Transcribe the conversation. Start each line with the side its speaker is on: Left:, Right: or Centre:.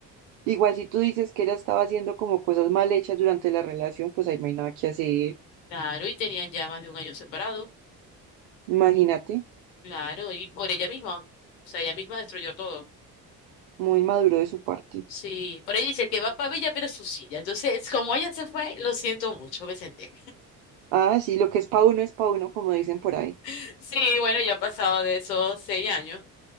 Right: igual si tú dices que ella estaba haciendo como cosas mal hechas durante la relación, pues ahí no hay nada que hacer.
Left: Claro, y tenían ya más de un año separados.
Right: Imagínate.
Left: Claro, y por ella misma. O sea, ella misma destruyó todo.
Right: Muy maduro de su parte.
Left: Sí, por ahí dice, el que va para Villa pero su silla. Entonces, <laughs> como ella se fue, lo siento mucho, Vicente.
Right: Ah, sí, lo que es pa' uno es pa' uno, como dicen por ahí.
Left: <laughs> Sí, bueno, ya ha pasado de esos seis años,